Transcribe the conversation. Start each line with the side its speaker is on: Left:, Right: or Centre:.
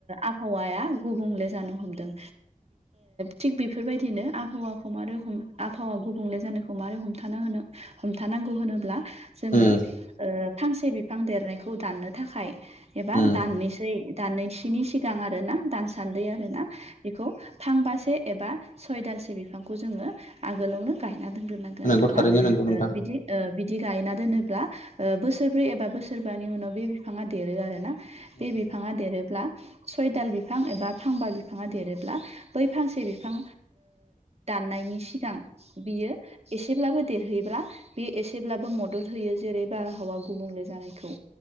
Right: आबहावाया गुबुंले जानो हमदों थिग बेफोरबायदिनो आबहावाखौ मारै आबहावा गुबुंले जानायखौ मारै हमथाना होनो हमथानांगौ होनोब्ला जोङो
Left: उम
Right: फांसे बिफां देरनायखौ दाननो थाखाय एबा
Left: उम
Right: दाननोसै दाननसोनि सिगां आरो ना दानसान्दै आरोना बेखौ फांबासे एबा सय दालसे बिफांखौ जोङो आगोलावनो गायना दोनग्रोनांगोन
Left: नंगौ
Right: आरोना
Left: थारैनो नंगौ नोंथां
Right: बिदि बिदि गायना दोनोब्ला बोसोरब्रै एबा बोसोरबानि उनाव बे बिफाङा देरो आरो ना
Left: उम
Right: बे बिफाङा
Left: उम
Right: देरोब्ला सयदाल बिफां एबा फांबा बिफाङा देरोब्ला बै फांसे बिफां दाननायनि सिगां बियो एसेब्लाबो देरहैयोब्ला बे एसेब्लाबो मदद होयो जेरै बारहावा गुबुंले जानायखौ